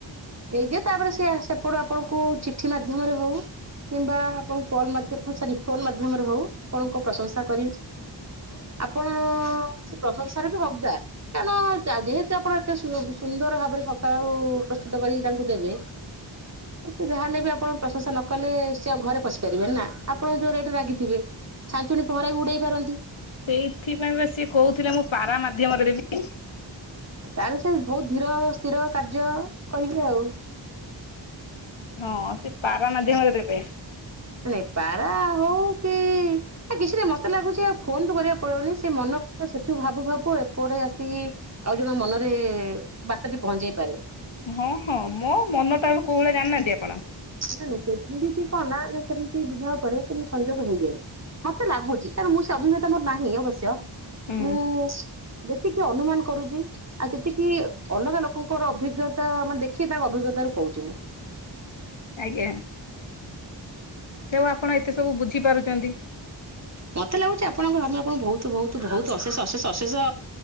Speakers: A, on the right; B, on the left.
A: ନେଇଦିଏ, ତାପରେ ସେ ସେପଟୁ ଆପଣଙ୍କୁ ଚିଠି ମାଧ୍ୟମରେ ହଉ କିମ୍ବା କଲ୍ ମାଧ୍ୟ -ସରି ଫୋନ୍ ମାଧ୍ୟମରେ ହଉ ଆପଣଙ୍କ ପ୍ରଶଂସା କରିବେ। ଆପଣ ସେ ପ୍ରଶଂସାରେ ବି ହକ୍ଦାର, କାରଣ ଯେହେତୁ ଆପଣ ଏତେ ସୁନ୍ଦର ଭାବରେ ସକାଳୁ ପ୍ରସ୍ତୁତ କରିକି ତାଙ୍କୁ ଦେବେ
B: <inaudible>
A: ସେ ଯାହେଲେ ବି ଆପଣ ପ୍ରଶଂସା ନ କଲେ, ସେ ଆଉ ଘରେ ପଶିପାରିବେନି ନା, ଆପଣ ଯୋଉ ରେଟ୍ ରେ ରାଗିଥିବେ? ଛାଞ୍ଚୁଣି ପହଁରା ବି ଉଡ଼େଇ ପାରନ୍ତି।
B: ସେଇଥିପାଇଁ ବା ସିଏ କହୁଥିଲେ ମୁଁ ପାରା ମାଧ୍ୟମରେ ଦେବି।
A: ତାହେଲେ ସେ ବହୁତ ଧୀର ସ୍ଥିର କାର୍ଯ୍ୟ କରିବେ ଆଉ।
B: ହଁ ସେ ପାରା ମାଧ୍ୟମରେ ଦେବେ।
A: ନାଇ ପାରା ହଉ କି, କିଛି ନା ମତେ ଲାଗୁଚି ଆଉ ଫୋନ୍ ତ କରିବାକୁ ପଡ଼ିବନି ସେ ମନ ସେଠୁ ଭାବୁ ଭାବୁ, ଏପଟେ ଆସିକି ଆଉ ଜଣ ମନରେ ବାଟ ଟି ପହଞ୍ଚିଯାଇ ପାରେ।
B: ହଁ -ହଁ ମୋ ମନ ଟା କୋଉ ଭଳିଆ ଜାଣିନାହାନ୍ତି ଆପଣ?
A: ନ ନାଇ ସେଠି ବିଛି କ ନା <unintelligible> ସେମିତି ବିବାହ ପରେ ସେମିତି ସଂଯୋଗ ହୋଇଯାଏ, ମତେ ଲାଗୁଚି କାରଣ ମୁଁ ସେ ଅଭିଜ୍ଞତା ମୋର ନାହିଁ ଅବଶ୍ୟ।
B: ହୁଁ
A: ମୁଁ ଯେତିକି ଅନୁମାନ କରୁଚି ଆଉ ସେତିକି ଅଲଗା ଲୋକଙ୍କର ଅଭିଜ୍ଞତା ମାନେ ଦେଖି, ତାଙ୍କ ଅଭିଜ୍ଞତା ରୁ କହୁଚି ମୁଁ।
B: ଆଜ୍ଞା, କେବେ ଆପଣ ଏତେ ସବୁ ବୁଝିପାରୁଚନ୍ତି।
A: ମତେ ଲାଗୁଚି ଆପଣଙ୍କ ସ୍ୱାମୀ ଆପଣଙ୍କୁ ବହୁତ ବହୁତ ବହୁତ ଅଶେଷ ଅଶେଷ ଅଶେଷ